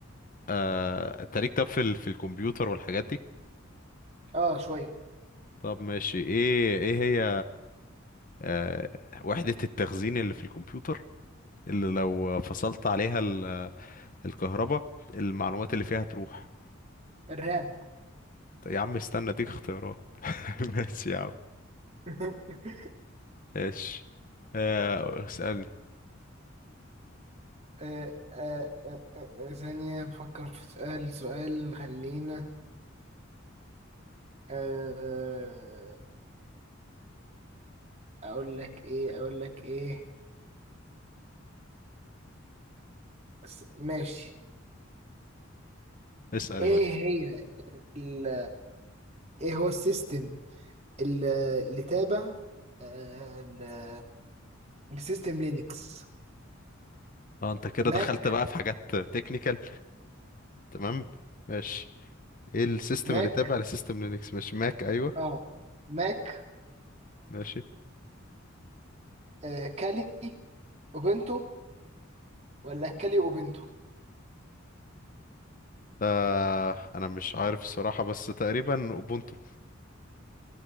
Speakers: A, on the left; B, on the right.
A: آه انت ليك طب في ال... في الكمبيوتر والحاجات دي
B: اه شوية
A: طب ماشي ايه ايه هي آه وحده التخزين اللي في الكمبيوتر اللي لو فصلت عليها ال... الكهرباء المعلومات اللي فيها تروح
B: الرام
A: طب يا عم استنى اديك اختيارات <laughs> ماشي يا عم
B: <laughs>
A: ماشي آه، اسألني
B: آه آه آه آه، آه، ثانية بفكر في سؤال سؤال خلينا آه أقول لك إيه أقول لك إيه بس ماشي
A: اسأل
B: إيه
A: يا باشا
B: هي ال إيه هو السيستم ال- اللي تابع آه ل- لسيستم لينكس
A: اه انت كده
B: ماك
A: دخلت بقى في حاجات تكنيكال تمام ماشي ايه السيستم
B: ماك
A: اللي تابع لسيستم لينكس مش ماك ايوه
B: اه ماك
A: ماشي
B: آه كالي اوبنتو ولا كالي اوبنتو
A: آه انا مش عارف الصراحة بس تقريبا اوبونتو